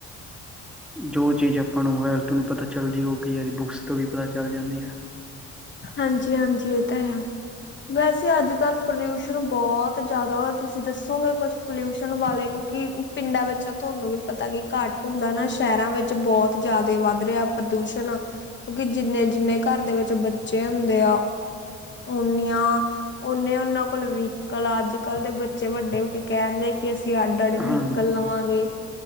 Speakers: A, in the centre; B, on the left.
A: ਜੋ ਚੀਜ਼ ਆਪਾਂ ਨੂੰ ਮੋਬਾਇਲ ਤੋਂ ਨਹੀਂ ਪਤਾ ਚੱਲਦੀ ਉਹ ਕਈ ਵਾਰੀ ਬੁੱਕਸ ਤੋਂ ਵੀ ਪਤਾ ਚੱਲ ਜਾਂਦੀ ਹੈ
B: ਹਾਂਜੀ ਹਾਂਜੀ ਇਹ ਤਾਂ ਹੈ ਵੈਸੇ ਅੱਜ ਕੱਲ ਪੋਲਿਊਸ਼ਨ ਬਹੁਤ ਜ਼ਿਆਦਾ ਤੁਸੀਂ ਦੱਸੋਗੇ ਕੁਛ ਪੋਲਿਊਸ਼ਨ ਵਾਲੇ ਕਿਉਂਕਿ ਪਿੰਡਾਂ ਵਿੱਚ ਤਾਂ ਤੁਹਾਨੂੰ ਵੀ ਪਤਾ ਕੀ ਘੱਟ ਹੁੰਦਾ ਨਾ ਸ਼ਹਿਰਾਂ ਵਿੱਚ ਬਹੁਤ ਜ਼ਿਆਦਾ ਵੱਧ ਰਿਹਾ ਪ੍ਰਦਿਊਸ਼ਣ ਕਿਉਂਕਿ ਜਿੰਨੇ ਜਿੰਨੇ ਘਰ ਦੇ ਵਿੱਚ <unintelligible> ਬੱਚੇ ਹੁੰਦੇ ਆ ਓਨੀਆਂ ਓਨੇ ਉਹਨਾਂ ਕੋਲ ਵਹੀਕਲ ਅੱਜ ਕੱਲ੍ਹ ਦੇ ਬੱਚੇ ਵੱਡੇ ਹੋ ਕੇ ਕਹਿਣਦੇ ਕਿ ਅਸੀਂ ਅੱਡ ਅੱਡ ਵਹੀਕਲ
A: ਹਾਂਜੀ
B: ਲਵਾਂਗੇ